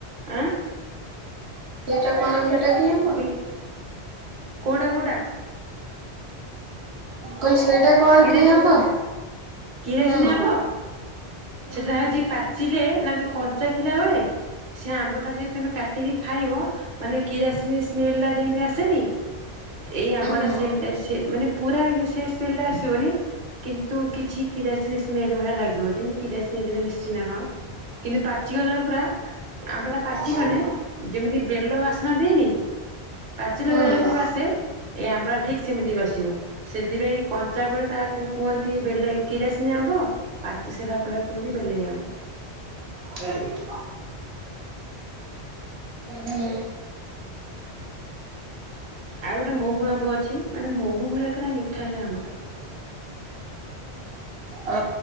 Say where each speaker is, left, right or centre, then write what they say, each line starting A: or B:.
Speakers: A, on the right (about 50°); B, on the right (about 70°).
A: ଆଁ।
B: ସେଇଟା କଣ ଏଟା କି ଆମ୍ବ?
A: ମୁଁ କହିଲି କୋଉଟା କୋଉଟା
B: କହିଲି ସେଇଟା କଣ
A: କିରାସି
B: କି ଆମ୍ବ?
A: କିରାସିିନ
B: ହୁଁ ହୁଁ
A: ହେବ
B: ହୁଁ
A: ସେଟା ହଉଛି ପା ଚିଲେ ନା ଯୋଉ କଞ୍ଚା ଥିଲା ବେଳେ ସେ ଆମ୍ବ ଟା ଯଦି ତମେ କା ଟିକି ଖାଇବ ମାନେ କିରାସିନି ସ୍ମେଲ ଟା ଯେମିତି ଆସେନି। ଏଇ ଆମ୍ବ
B: ହୁଁ।
A: ଟା ସେମତି ସେ ମାନେ ପୁରା ଇଏ ସେଇ ସ୍ମେଲ ଟା ଆସିବନି। କିନ୍ତୁ କିଛି କିରାସିନି ସ୍ମେଲ ଭଳିଆ ଲାଗିବ ଯେମିତି କିରାସିନି ଏଥିରେ ମିଶିଛି ନା କଣ। କିନ୍ତୁ ପାଚିଗଲେ ପୁରା ଆମ୍ପଟା ପାଚି
B: ହୁଁ।
A: ଗଲେ ଯେମିତି ବେଲ ବାସ୍ନା ଦିଏନି। ପାଚିଲା
B: ହୁଁ।
A: ବେଲ ଯେମିତି ବାସେ ଏଇ ଆମ୍ବରା ଠିକ ସେମିତି ବସିବ ସେଥିପାଇଁ କ କଞ୍ଚା ବେଳେ ତାକୁ କୁହନ୍ତି ବେଲେ କିରାସିିନି ଆମ୍ବ ପାଚି ସାଇଲା ପରେ କୁହନ୍ତି ବେଲେଇ ଆମ୍ବ।
B: ହୁ <unintelligible> ହୁଁ
A: ଆଉ ଗୋଟେ ମହୁ ଆମ୍ବ ଅଛି ମାନେ ମହୁ ଭଳିଆ ପୁରା ମିଠା ସେ ଆମ୍ବ ଟା।
B: ଅ